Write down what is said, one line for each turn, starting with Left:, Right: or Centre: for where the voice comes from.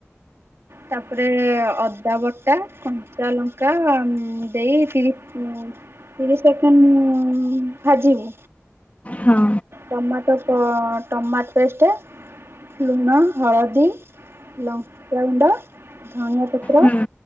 Right: ତାପରେ ଅଦା ବଟା କଞ୍ଚା ଲଙ୍କା ଦେଇ ତିରିଶ ତିରିଶ ସେକେଣ୍ଡ ଭାଜିବୁ।
Left: ହଁ ହଁ
Right: ଟମାଟୋ ଟମାଟୋ ପେଷ୍ଟଷ୍ଟ। ଲୁଣ ହଳଦୀ ଲଙ୍କା ଗୁଣ୍ଡ ଧନିଆ ପତ୍ର
Left: ହୁଁ